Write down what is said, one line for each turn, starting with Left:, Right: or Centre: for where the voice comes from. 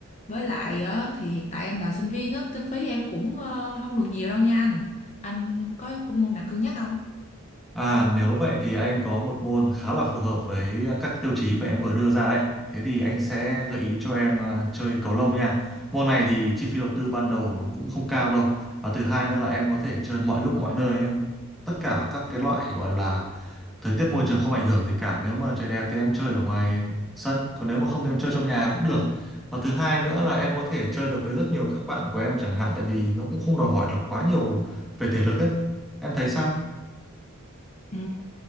Left: với lại ờ, thì hiện tại em là sinh viên á kinh phí em cũng ờ, không được nhiều đâu nha anh anh có môn nào cân nhắc không?
Centre: À, nếu vậy thì anh có một môn khá là phù hợp với các tiêu chí mà em vừa đưa ra đấy. Thế thì anh sẽ gợi ý cho em à, chơi cầu lông nha. Môn này thì chi phí đầu tư ban đầu nó cũng không cao đâu. Và thứ hai nữa là em có thể chơi mọi lúc mọi nơi nhé. Tất cả các cái loại gọi là thời tiết môi trường không ảnh hưởng gì cả. Nếu mà trời đẹp thì em chơi ở ngoài sân, còn nếu mà không thì em chơi trong nhà cũng được. Và thứ hai nữa là em có thể chơi được với rất nhiều các bạn của em chẳng hạn tại vì nó cũng không đòi hỏi là quá nhiều về thể lực ấy. Em thấy sao?
Left: Ừ.